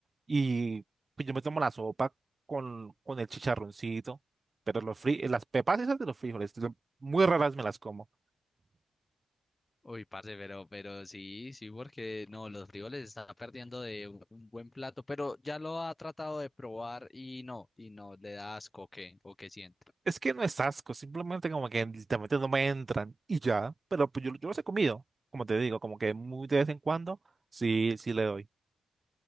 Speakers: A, on the right (about 40°); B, on the left (about 30°).
A: Y pues yo me tomo la sopa con, con el chicharroncito, pero los fri eh, las pepas esas de los frijoles, yo muy raras me las como.
B: Uy, parce, pero, pero sí, sí, porque no, los frijoles está perdiendo de un, un buen plato, pero ya lo ha tratado de probar y no, y no, le da asco, ¿o qué? ¿O qué siente?
A: Es que no es asco, simplemente como que literalmente no me entran y ya, pero pues yo, yo los he comido, como te digo, como que muy de vez en cuando, sí, sí le doy.